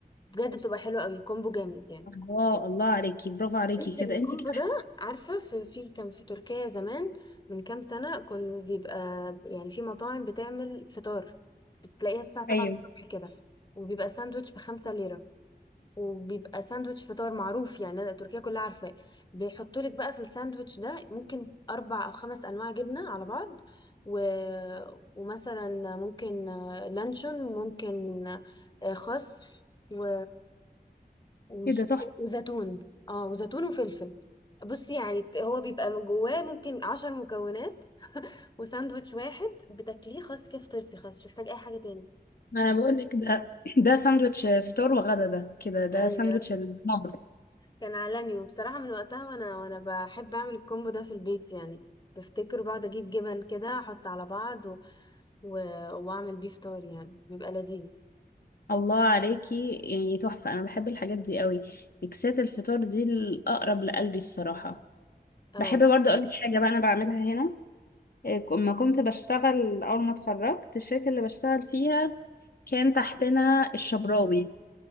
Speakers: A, on the left; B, on the left.
A: بجد بتبقى حلوه قوي كومبو جامد يعني
B: الله الله عليكي برافو عليكي
A: انت
B: كده
A: الكومبو
B: انت كده
A: ده
B: ح-
A: عارفه في, في كان في تركيا زمان من كام سنه كان بيبقى يعني في مطاعم بتعمل فطار بتلاقيها الساعه 7
B: ايوه
A: الصبح كده وبيبقى ساندوتش بخمسة ليرة وبيبقى ساندوتش فطار معروف يعني أنا تركيا كلها عارفاه بيحطوا لك بقى في الساندوتش ده ممكن اربع او خمس انواع جبنه على بعض و... ومثلا ممكن آه، لانشون ممكن آه، خس و... ومش
B: كده تحفه
A: وزيتون اه وزيتون وفلفل بصي يعني هو بيبقى من جواه ممكن عشر مكونات وساندوتش واحد بتاكليه خلاص كده فطرتي خلاص مش محتاج اي حاجه تاني
B: ما انا بقول لك ده ده ساندوتش فطار وغدا ده كده ده
A: ايوه
B: ساندوتش الدمار
A: كان عالمي وبصراحة من وقتها وانا وانا بحب اعمل الكومبو ده في البيت يعني بفتكر وبقعد اجيب جبن كده احط على بعض و... و... واعمل بيه فطار يعني بيبقى لذيذ
B: الله عليكي يعني تحفة أنا بحب الحاجات دي قوي ميكسات الفطار دي الأقرب لقلبي الصراحة
A: اه
B: بحب برضه أقولك حاجة بقى أنا بعملها هنا إيه، لما كنت بشتغل أول ما اتخرجت الشركة اللي بشتغل فيها كان تحتنا الشبراوي